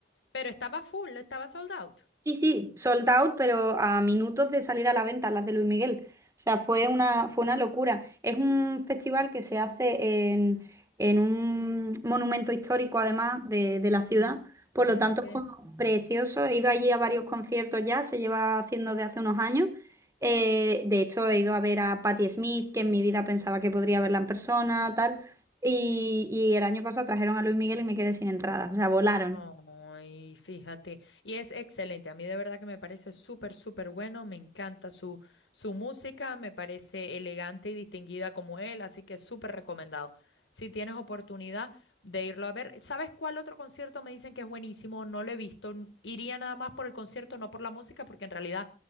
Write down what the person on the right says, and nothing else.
Sí, sí, sold out, pero a minutos de salir a la venta las de Luis Miguel. O sea, fue una, fue una locura. Es un festival que se hace en, en un monumento histórico, además, de, de la ciudad. Por lo tanto,
es como precioso. He ido allí a varios conciertos ya, se lleva haciendo de hace unos años. Eh, de hecho, he ido a ver a Patti Smith, que en mi vida pensaba que podría verla en persona, tal. Y, y el año pasado trajeron a Luis Miguel y me quedé sin entradas. O sea, volaron.